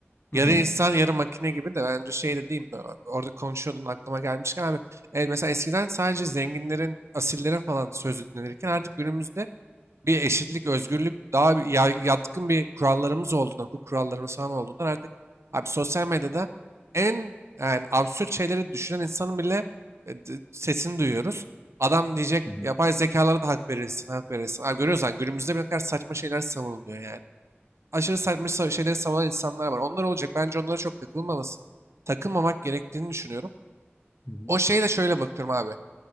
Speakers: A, on the left; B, on the right.
A: Hı
B: Yarı
A: hı.
B: insan yarı makine gibi de bence şey de değil mi? Orada konuşuyordun aklıma gelmişken abi. e, mesela eskiden sadece zenginlerin, asillerin falan sözü dinlenirken artık günümüzde bir eşitlik, özgürlük, daha bir yay- yatkın bir kurallarımız olduğundan, hukuk kurallarımız falan olduğundan artık abi sosyal medyada en yani absürt şeyleri düşünen insanın bile e, d- sesini duyuyoruz. Adam diyecek
A: Hı hı.
B: yapay zekalara da hak verilsin, hak verilsin. Abi görüyoruz lan günümüzde bir ne kadar saçma şeyler savunuluyor yani. Aşırı saçma sa- şeyleri savunan insanlar var. Onlar olacak. Bence onlara çok takılmaması, takılmamak gerektiğini düşünüyorum.
A: Hı hı.
B: O şeye de şöyle bakıyorum abi.